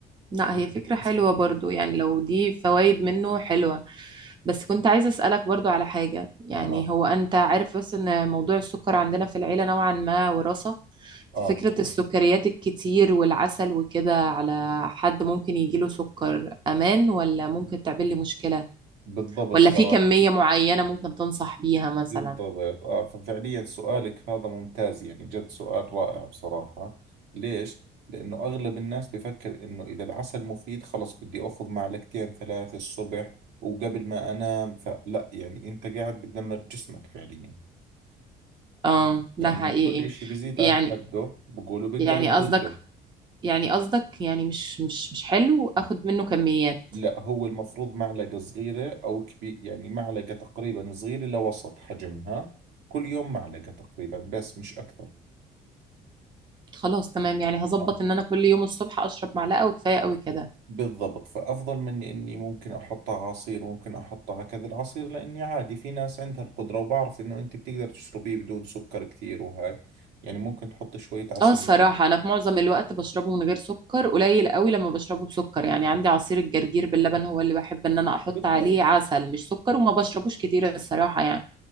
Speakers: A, on the right; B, on the right.
A: لا
B: يعني
A: هي فكرة
B: بتحسن
A: حلوة برضو يعني لو دي فوائد منه حلوة بس كنت عايزة أسألك برضو على حاجة يعني
B: اه
A: هو أنت عارف بس إن موضوع السكر عندنا في العيلة نوعا ما وراثة
B: اه
A: ففكرة
B: طبعا
A: السكريات الكتير والعسل وكده على حد ممكن يجيله سكر أمان ولا ممكن تعمل لي مشكلة
B: بالضبط
A: ولا في
B: ترى
A: كمية معينة ممكن تنصح بيها مثلا
B: بالضبط اه ففعليا سؤالك هذا ممتاز يعني جد سؤال رائع بصراحة ليش؟ لأنه أغلب الناس بفكر إنه إذا العسل مفيد خلص بدي أخذ معلقتين ثلاثة الصبح وقبل ما أنام فلا يعني أنت قاعد بتدمر جسمك فعليا
A: اه
B: لأنه
A: ده حقيقي
B: كل إشي بزيد
A: يعني
B: عن حده بقولوا بنقلب
A: يعني قصدك
B: ضده
A: يعني قصدك يعني مش مش مش حلو اخد منه كميات
B: لا هو المفروض معلقة صغيرة أو كبير يعني معلقة تقريبا صغيرة لوسط حجمها كل يوم معلقة تقريبا بس مش أكثر
A: خلاص تمام يعني هظبط
B: آه
A: ان انا كل يوم الصبح اشرب معلقه وكفايه قوي كده
B: بالضبط فأفضل من إني ممكن أحطها عصير ممكن أحطها كذا العصير لأني عادي في ناس عندها القدرة وبعرف إنه أنت بتقدر تشربيه بدون سكر كثير وهاي يعني ممكن تحط شوية عسل
A: اه الصراحه
B: وزيت.
A: انا في معظم الوقت بشربه من غير سكر قليل قوي لما بشربه بسكر يعني عندي عصير الجرجير باللبن هو اللي بحب ان انا احط
B: بالضبط
A: عليه عسل مش سكر وما بشربوش كتير الصراحه يعني